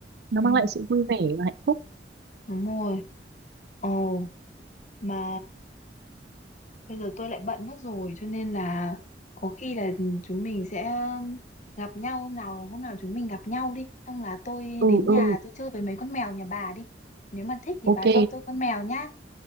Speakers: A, on the right; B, on the left.
A: nó
B: Ừ,
A: mang lại sự vui vẻ và hạnh phúc
B: đúng rồi. Ồ, mà bây giờ tôi lại bận mất rồi cho nên là có khi là chúng mình sẽ gặp nhau hôm nào, hôm nào chúng mình gặp nhau đi. Xong là tôi
A: ừ
B: đến
A: ừ
B: nhà tôi chơi với mấy con mèo nhà bà đi. Nếu mà thích thì
A: ok
B: bà cho tôi con mèo nhá.